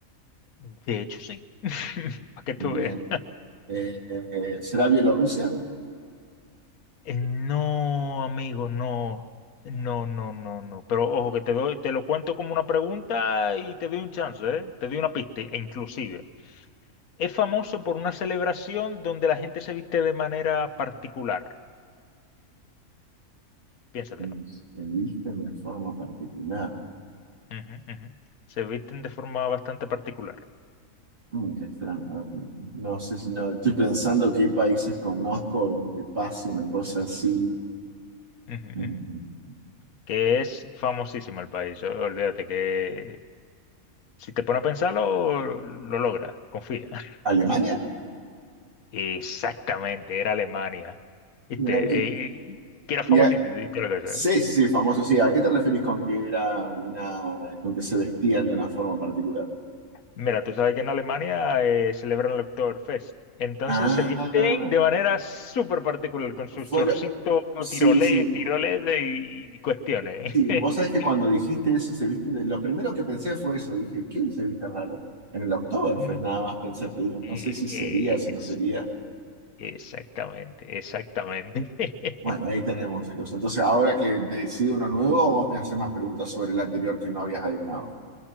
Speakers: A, on the left (about 85°); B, on the right (about 35°).
A: De hecho, sí. <laughs> Para que tú
B: Bien.
A: veas.
B: Eh, eh, ¿será Bielorrusia?
A: Eh, No, amigo, no. No, no, no, no. Pero ojo, que te doy, te lo cuento como una pregunta y te doy un chance, ¿eh? Te doy una pista, e inclusive. Es famoso por una celebración donde la gente se viste de manera particular. Piénsatelo.
B: Bueno, Se viste de forma particular.
A: ujú, ujú. Se visten de forma bastante particular,
B: Mm, qué extraño. A ver, No no sé si no, estoy pensando qué países conozco donde pase una cosa así.
A: Ujú,
B: Mm,
A: ujú. que es famosísimo el país. o- Olvídate que si te pones a pensarlo, lo logras, confía. <laughs>
B: ¿Alemania?
A: Exactamente, era Alemania. ¿Viste?
B: Mira ahí.
A: Eh, eh, que era famosito
B: Y a-
A: y todo lo que sea,
B: sí,
A: ¿eh?
B: sí, famoso, sí. ¿A qué te referís con que era una, con que se vestían de una forma particular?
A: Mira, tú sabes que en Alemania eh, celebran el Oktoberfest. Entonces
B: Ah,
A: se visten de manera súper particular, con sus
B: fue,
A: chorcitos,
B: Sí,
A: tiroles,
B: sí,
A: tiroles y, y cuestiones.
B: sí.
A: <laughs>
B: Vos sabés que cuando dijiste eso, se visten de... Lo primero que pensé fue eso. Dije, ¿quién se viste raro? En el Oktoberfest
A: Ujú.
B: nada más pensé, pero digo, no
A: Eh,
B: sé si sería, si no sería.
A: Exactamente, exactamente. <laughs>
B: Bueno, ahí tenemos, chicos. Entonces, ahora que decido uno nuevo, vos me haces más preguntas sobre el anterior que no habías adivinado.